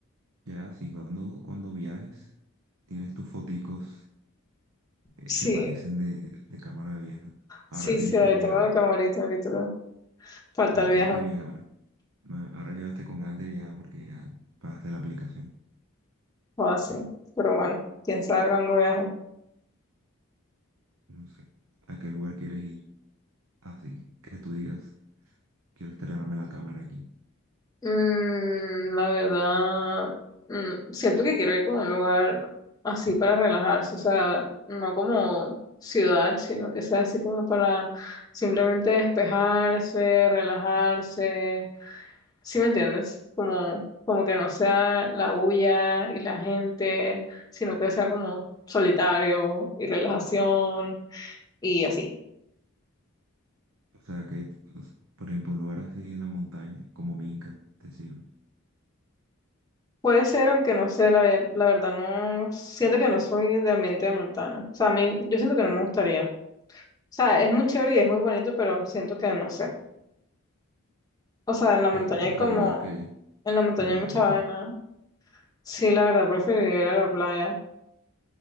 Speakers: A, on the right; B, on the left.
A: Ya, sí, cuando, cuando viajes, tienes tus foticos eh,
B: Sí,
A: que parecen de, de cámara vieja. Ahora
B: Sí,
A: tienes
B: sí,
A: que
B: ahí
A: viajar,
B: tengo la camarita ahorita. Falta
A: ahora
B: el
A: tienes
B: viaje
A: que viajar. Ma- Ahora quedaste con ganas de viajar porque ya pagaste la aplicación.
B: o así. Pero bueno, quién sabe cuándo viaje.
A: No sé, ¿a qué lugar quieres ir? Así que tú digas, quiero estrenarme la cámara aquí.
B: Mm, la verdad, mm, siento que quiero ir como a un lugar así para relajarse, o sea, no como ciudad, sino que sea así como para simplemente despejarse, relajarse. ¿Sí me entiendes? Como, como que no sea la bulla y la gente, sino que sea como solitario y relajación y así.
A: O sea, que, o sea, por ejemplo, un lugar así en la montaña, como Minca, te sirve. O
B: Puede ser, aunque no sé, la, ver- la verdad no, siento que no soy de ambiente de montaña. O sea, a mí, yo siento que no me gustaría. O sea, es muy chévere y es muy bonito, pero siento que no sé. O sea, en la montaña
A: sea, tú preferirías
B: hay como,
A: que
B: en la montaña
A: ir a
B: hay
A: la
B: mucha
A: playa.
B: vaina. Sí, la verdad, preferiría ir a la playa.